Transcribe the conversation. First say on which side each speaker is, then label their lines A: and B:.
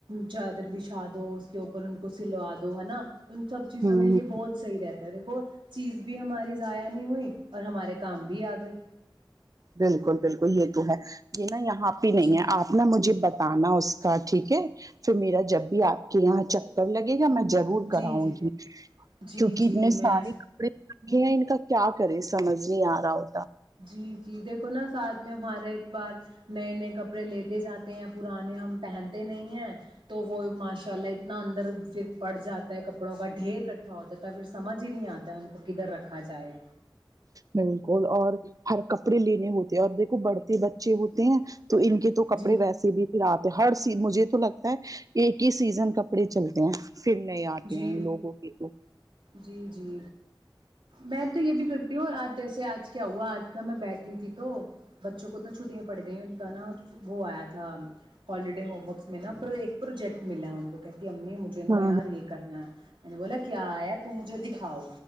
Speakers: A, on the right; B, on the right.
A: چادر بچھا دو اس کے اوپر ان کو سلوا دو تو ہے نا ان سب چیزوں
B: ہ
A: کے لیے بہت صحیح رہتا ہے دیکھو چیز بھی ہماری ضائع نہیں ہوئی اور ہمارے کام بھی آ گئی
B: بالکل بالکل یہ تو ہے جی یہاں پہ نہیں
A: جی
B: ہے آپ نے مجھے بتا ناا اس کا ٹھیک ہے پھر میرا جب بھی آپ کے یہاں چکر لگے میں ضرور کراؤں
A: جی جی
B: گی
A: جی
B: کیونک
A: جی
B: اتنے
A: میں
B: سارے کپڑے کہ ان کا کیا کرے اس سمجھ نہیں آ رہا ہو
A: جی جی دیکھو نا ساتھ میں ہمارے ایک بار نئے نئے کپڑے لیتے جاتے ہیں پرانے ہم پہنتے نہیں ہیں تو وہ ماشاء اللہ اتنا اندر پھر پڑ جاتا ہے کپڑوں کا ڈھیر کٹ ہو توتا پھر سمجھ ہی نہیں آتا ہے ان کو کدھر رکھا جائے
B: بالکل اور ہر کپڑے لینے ہوتے ہیں اور دیکھو بڑھتے بچے ہوتے ہیں تو ان کے تو
A: جی
B: کپڑے ویسے بھی ت آتے ہیں ہر سی مجھے تو لگتا ہے ایک ہی سیزن کپڑے چلتے ہیں پھر نئے اتے
A: جی
B: ہیں ان لوگوں کے
A: جی جی میں تو یہ بھی کرتی ہوں آج جیسے آج کیا ہوا آج تھا میں بیٹھی تھی تو بچوں کو تو چھٹیاں پڑ گئ ان کا نا وہ آیا تھا الریڈی ہوم ورک میں نا پرو ایک پروجیکٹ ملا ہے ان کو امی مجھے نا
B: ہ
A: یار یہ کرنا ہے میں نے بولا کیا ہے تو مجھے دکھاؤ